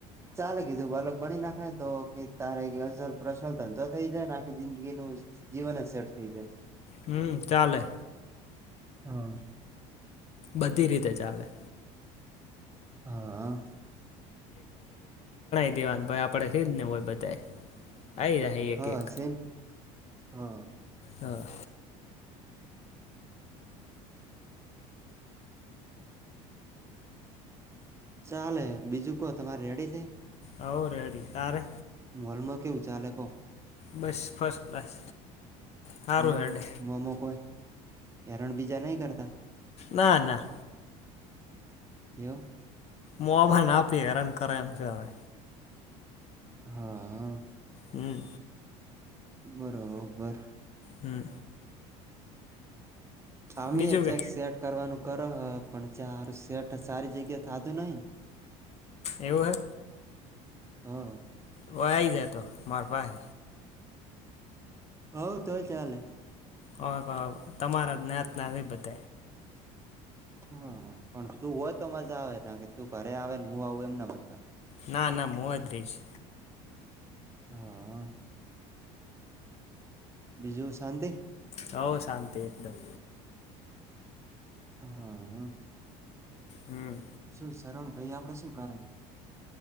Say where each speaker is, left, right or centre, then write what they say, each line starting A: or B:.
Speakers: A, on the right (about 15°); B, on the left (about 45°).
A: ચાલે કીધું અલક બની નાખ કાય તો કે તારે અસ પ્રશનલ ધંધો થઈ જાયને આખી જિંદગી ન જીવન જ સેટ થઈ જાય
B: હમ તાલે
A: હા-
B: બધી રીતે ચાલે.
A: હા.
B: દેવાનું ભ આપડે થઈ જ ને હોય બધા આવી જ્યા એક
A: હા
B: એક
A: સેમ હા
B: હા-
A: ચાલે બીજું ક તમારે રેડી છે.
B: હવ રેડી તારે
A: મોલમાં કેવું ચાલે કો
B: બસ ફર્સ્ટ ક્લાસ સારું
A: એમ
B: હેડે
A: મમો કો હયરણ બીજા નહી કરતા
B: ના ના
A: એવું
B: મુવામાં ના આપી હેરાન કરે એમ છે હવે
A: હા
B: હમ
A: બરોબર-
B: હમ
A: આમી
B: બીજું
A: એ ચેક
B: કે
A: સેટ કરવાનું કરો પણ ચારું શેઠ સારી જગ્યા થાધું નહી
B: એવું હૈ
A: હા.
B: હો આ જ તો મારપ હૈ
A: હઉ તો ચાલે
B: હ તમારા જ્ઞાત ના હ બધ
A: હા પણ તું હોય તો મજા આવે ના કે તું ઘરે આવે ને હું આવું એમ ના મજા આવે
B: ના ના મોહદ રહીશ
A: હા બીજું શાંતિ
B: હ શાંતિ એકદમ
A: હા
B: હમ-
A: શું સરરણ ભાઈ આપણે શું કરાય